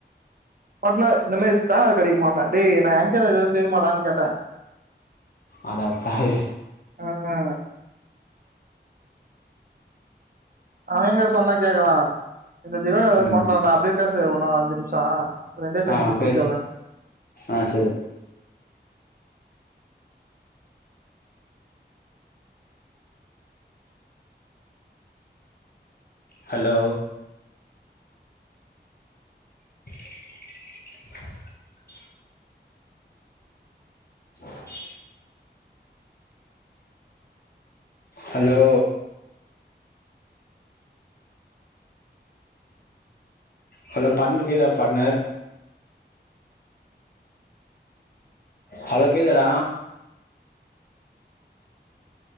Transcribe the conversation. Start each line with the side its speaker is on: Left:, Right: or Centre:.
Right: பாட்னர் இந்த மேரி ஸ்பேனர் கெடைகுமான்னே டே நா எங்க இருக்றேனு தெரிமாடானு கேட்டே
Left: அட பாவி
Right: அ அ அவ என்ன சொன்னா கேக்குறா இந்த திவாகர் வேற
Left: ம்
Right: பண்றான்டா அப்டியே பேசு இன்னு அஞ்சு நிமிஷோ ரெண்டே செகண்ட்ல
Left: ஆ
Right: சொல்லிடுவே
Left: பேஸ் ஆ செரி ஹலோ <unintelligible> <unintelligible> ஹலோ ஹலோ பாட்னர் கேக்குதா பாட்னர் ஹலோ கேக்குதாடா